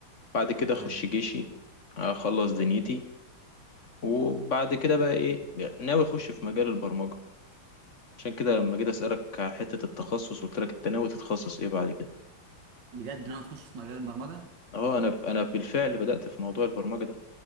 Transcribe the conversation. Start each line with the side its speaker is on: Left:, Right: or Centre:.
Left: بعد كده اخش
Right: ايوه
Left: جيشي اخلص دنيتي وبعد كده بقى ايه ناوي اخش في مجال البرمجه عشان كده لما جيت اسالك على حته التخصص قلت لك انت ناوي تتخصص ايه بعد كده
Right: بجد ناوي تخش في مجال البرمجة
Left: اهو انا انا بالفعل بدات في موضوع البرمجه ده